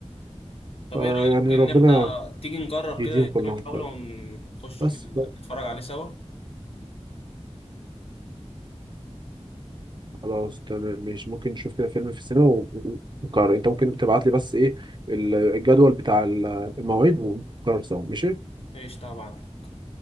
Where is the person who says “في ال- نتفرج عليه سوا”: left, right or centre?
Left